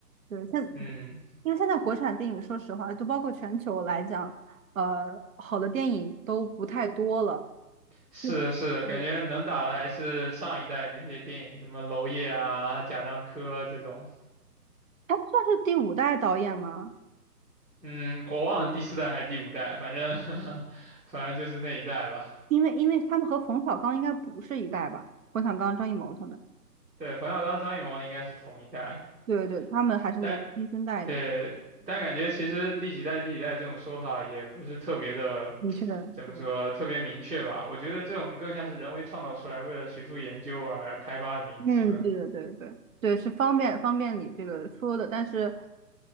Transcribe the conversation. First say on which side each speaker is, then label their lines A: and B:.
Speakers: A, on the right (about 55°); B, on the right (about 80°).
A: 对，现
B: 嗯，
A: 因为现在国产电影，说实话，就包括全球来讲，呃，好的电影都不太多了。
B: 是的，
A: 对，
B: 是的，感觉能打的还是上一代那些电影，
A: 对
B: 什么娄烨啊、贾樟柯这种。
A: 他们算是第五代导演吗？
B: 嗯，我忘了第四代还是第五代，反正 <laughs> 反正就是那一代吧。
A: 因为因为他们和冯小刚应该不是一代吧？冯小刚、张艺谋他们，
B: 对，冯小刚、张艺谋应该是同一代，
A: 对对对，他们还是年新一代的。
B: 但对，但感觉其实第几代、第几代这种说法也不是特别的，
A: 的确，
B: 怎么说，
A: 对
B: 特别明确吧。我觉得这种更像是人为创造出来，为了学术研究而开发的名词。
A: 嗯，对对对对对，是方便方便你这个说的，但是